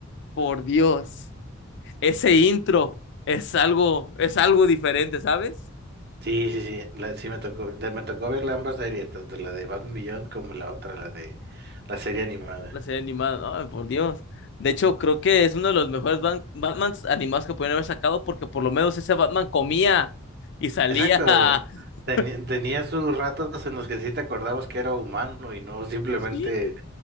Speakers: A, on the left (about 60°); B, on the right (about 50°).
A: Por Dios. Ese intro es algo, es algo diferente, ¿sabes?
B: sí, sí, sí. la- sí me tocó, de- me tocó ver ambas series, tanto la de Batman Beyond como la otra, la de la serie animada.
A: La serie animada, ay, por Dios. De hecho, creo que es uno de los mejores Ban- Batmans animados que pudieron haber sacado porque por lo menos ese Batman comía y salía,
B: Exacto.
A: <laughs>
B: Teni- tenía sus ratos en los que sí te acordabas que era humano y no simplemente
A: sí,